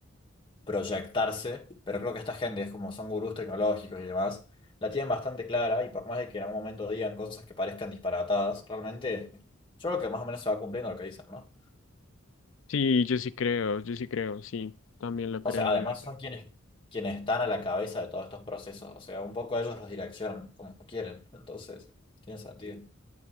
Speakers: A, on the left; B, on the left.
A: proyectarse, pero creo que esta gente es como son gurús tecnológicos y demás, la tienen bastante clara y por más de que en algún momento digan cosas que parezcan disparatadas, realmente yo creo que más o menos se va cumpliendo lo que dicen, ¿no?
B: sí, yo sí creo, yo sí creo, sí, también lo
A: O
B: creo,
A: sea, además
B: de verdad.
A: son quienes, quienes están a la cabeza de todos estos procesos, o sea, un poco ellos los direccionan como quieren, entonces, tiene sentido.